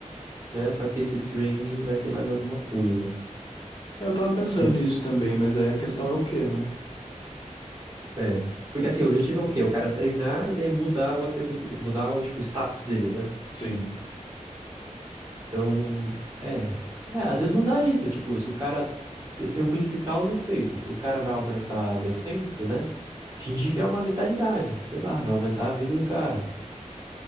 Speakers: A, on the right (about 30°); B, on the left (about 35°).
A: né? Só que esse training vai ter mais alguma coisa.
B: Eu tava pensando
A: Que
B: nisso também, mas aí a questão é o quê, né?
A: é. Porque assim, o objetivo é o quê? O cara treinar e daí mudar o atributo dele, mudar o, tipo, o status dele, né?
B: Sim.
A: Então, é. É, às vezes mudar isso, tipo, se o cara se se amplificar os efeitos, o cara vai aumentar a defense, né? Fingir que é uma vitalidade, sei lá, vai aumentar a vida do cara.